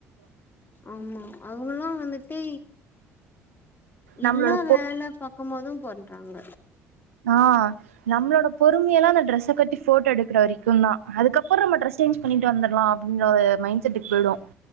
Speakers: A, on the left; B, on the right.
A: ஆமா அவுங்கல்லா வந்துட்டு
B: நம்மளோட
A: எல்லா
B: பொ
A: வேல பாக்கும்போது பண்றாங்க
B: ஆஹ் நம்ளோட பொறுமையல்லா அந்த டிரெஸ கட்டி போட்டோ எடுக்கற வரைக்குந்தா அதுக்கபபுற நம்ம ட்ரெஸ் சேஞ் பண்ணிட்டு வந்துடலா அப்டின்ற ஒரு மைண்ட் செட்டுக்கு போயிடு